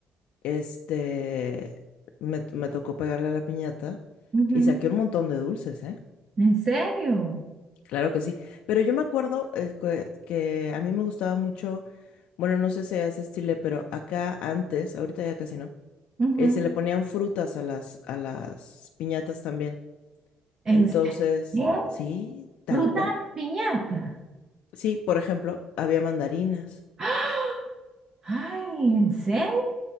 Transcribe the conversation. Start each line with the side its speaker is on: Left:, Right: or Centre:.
Left: este, me, me tocó pegarle a la piñata
Right: ujú.
Left: y saqué un montón de dulces, ¿eh?
Right: ¿En serio?
Left: Claro que sí, pero yo me acuerdo eh, que, que a mí me gustaba mucho, bueno, no sé si es estilo, pero acá antes, ahorita ya casi no.
Right: Ujú.
Left: eh, se le ponían frutas a las, a las piñatas también.
Right: ¿En
Left: Entonces,
Right: serio?
Left: sí, tal
Right: ¿Ruta
Left: cual.
Right: a las piñatas?
Left: Sí, por ejemplo, había mandarinas.
Right: ¡Ah! <gasps> Ay, ¿en serio?